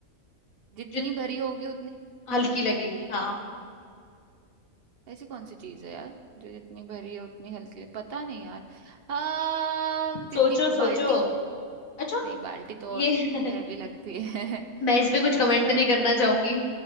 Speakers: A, on the right; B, on the left.
A: जितनी
B: जित
A: भरी होगी उतनी
B: हल्की लगेगी हाँ
A: ऐसी कौन सी चीज है यार जो जितनी भरी है उतनी हल्की है पता नहीं यार हाँ जितनी
B: सोचो
A: ब-
B: सोचो
A: बाल्टी
B: अच्छा
A: नहीं बाल्टी तो और
B: ये <laughs>
A: हैवी लगती है <laughs>
B: मैं इस पे कुछ
A: जितनी
B: कमेंट
A: भरी
B: नहीं करना
A: होगी
B: चाहूंगी